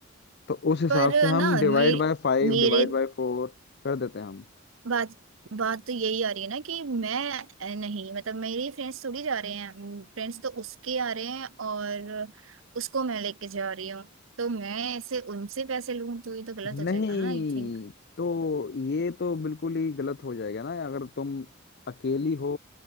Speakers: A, on the left; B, on the right.
A: तो उस हिसाब
B: पर
A: से हम
B: ना
A: divide
B: मेरे
A: by five
B: मेरे
A: divide by four कर देते हैं हम
B: बात बात तो यही आ रही है ना कि मैं अ, नहीं मतलब मेरी फ्रेंड्स थोड़ी जा रहे हैं फ्रेंड्स तो उसके आ रहे हैं और उसको मैं लेके जा रही हूँ तो मैं ऐसे उनसे पैसे लूं तो ये तो गलत हो
A: नहीं
B: जाएगा ना आई थिंक
A: तो ये तो बिल्कुल ही गलत हो जाएगा ना अगर तुम अकेली हो